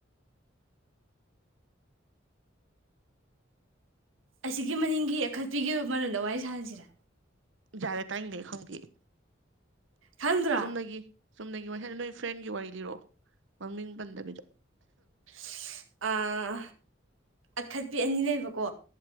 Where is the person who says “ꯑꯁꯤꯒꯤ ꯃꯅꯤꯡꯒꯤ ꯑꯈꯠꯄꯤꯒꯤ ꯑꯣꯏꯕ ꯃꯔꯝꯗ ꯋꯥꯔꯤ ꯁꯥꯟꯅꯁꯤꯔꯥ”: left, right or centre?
Right